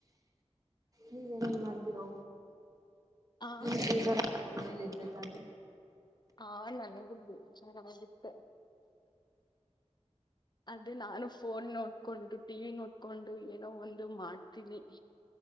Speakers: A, on the right; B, on the left.
A: ನೀವೇನೇನ್ ಮಾಡ್ತೀರೋ
B: ಆ
A: ಹ್ಮ ಬರಲ್ಲ ಮನೇಲಿ ಪಂದ್ರ
B: ಹಾ ನನಗೂ ಬೇ ಚನ್ನಾಗುತ್ತೆ ಅದ ನಾನು ಫೋನ್ ನೋಡ್ಕೊಂಡು ಟಿವ ವಿ ನೋಡ್ಕೊಂಡು ಏನೋ ಒಂದು ಮಾಡ್ತೀನಿ